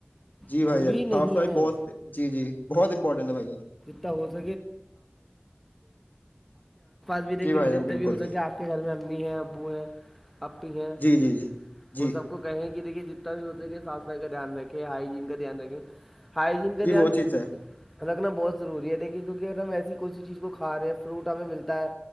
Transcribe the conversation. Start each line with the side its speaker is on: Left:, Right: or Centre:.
Left: جی
Centre: پوری
Left: بھائی جان
Centre: نہیں
Left: صاف صفائی
Centre: ہے
Left: بہت جی جی بہت امپورٹنٹ ہیں بھائی جان
Centre: پاس بھی دیکھ
Left: جی بھائی
Centre: ل جتنے
Left: جان بالکل
Centre: بھی ہو سکے آپ کے گھر میں امی ہیں ابو ہیں اپی ہیں
Left: جی جی جی جی
Centre: ان سب کو کہیں کہ دیکھیے جتنا بھی ہو سک کہ صف صفائی کا دھیان رکھیں ہائجین کا دھیان رکھیں ہائجین کا
Left: جی
Centre: دھیان
Left: وہ چیز ہے
Centre: رکھنا بہت ضروری ہے دیکھیے کیونکہ اگر ہم ایسی کوسی چیز کو کھاے ہیں فروٹ ہمیں ملتا ہے